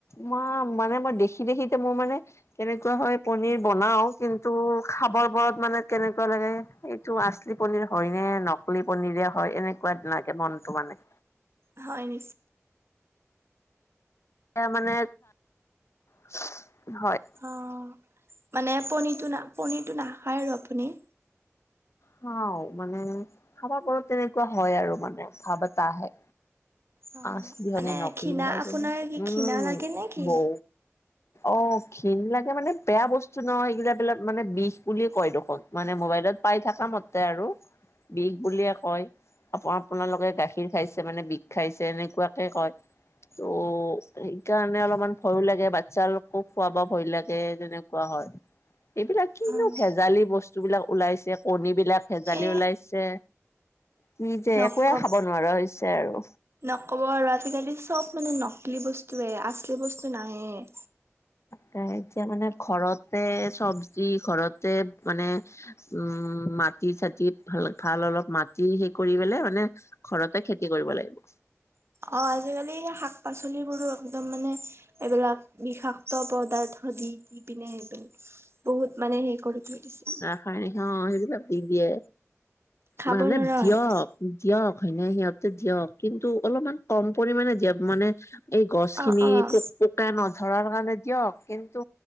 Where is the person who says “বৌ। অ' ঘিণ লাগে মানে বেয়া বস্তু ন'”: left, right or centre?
Left